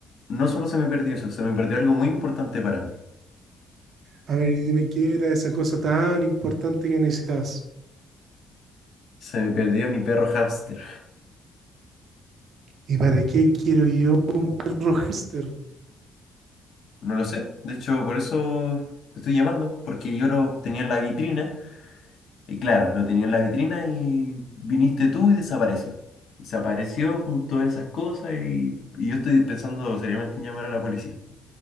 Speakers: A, on the left; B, on the right.
A: no solo se me perdió eso, se me perdió algo muy importante para mí.
B: a ver, y dime qué era esa cosa tan importante que necesitas.
A: Se me perdió mi perro hámster.
B: ¿Y para qué quiero yo, un perro hámster?
A: No lo sé. De hecho, por eso te estoy llamando, porque yo lo tenía en la vitrina. Y claro, lo tenía en la vitrina y viniste tú y desapareció. Desapareció junto a esas cosas y, y yo estoy pensando seriamente en llamar a la policía.